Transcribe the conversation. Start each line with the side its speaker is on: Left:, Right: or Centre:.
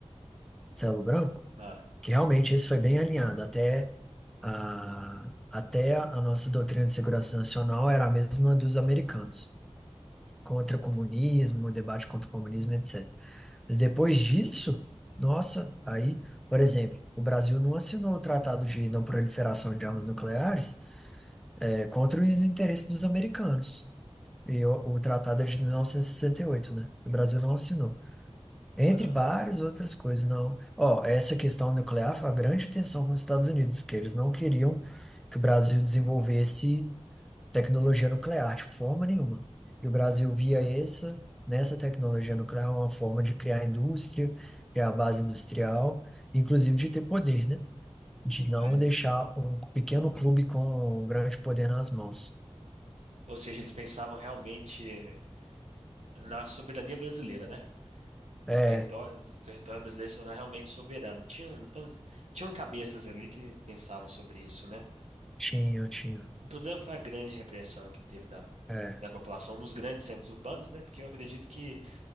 Centre: Castelo Branco,
Right: Ah,
Centre: que realmente esse foi bem alinhado. Até a, até a nossa doutrina de segurança nacional era a mesma dos americanos, contra comunismo, debate contra o comunismo, etc. Mas depois disso, nossa, aí, por exemplo, o Brasil não assinou o Tratado de Não Proliferação de Armas Nucleares, eh, contra os interesses dos americanos. E o, o tratado é de 1968, né? O Brasil não assinou. Entre
Right: ah, não.
Centre: várias outras coisas, não. Ó, essa questão nuclear foi a grande tensão com os Estados Unidos, que eles não queriam que o Brasil desenvolvesse tecnologia nuclear, de forma nenhuma. E o Brasil via essa, nessa tecnologia nuclear, é uma forma de criar indústria, criar base industrial, inclusive de ter poder, né? De não
Right: Olha.
Centre: deixar um pequeno clube com um grande poder nas mãos.
Right: Ou seja, eles pensavam realmente na soberania brasileira, né?
Centre: É,
Right: No território, o território brasileiro se tornar realmente soberano. Tinham, então, tinham cabeças ali que pensavam sobre isso, né?
Centre: tinha, tinha.
Right: O problema foi a grande repressão que teve da,
Centre: É,
Right: da população nos grandes centros urbanos, né? Porque eu acredito que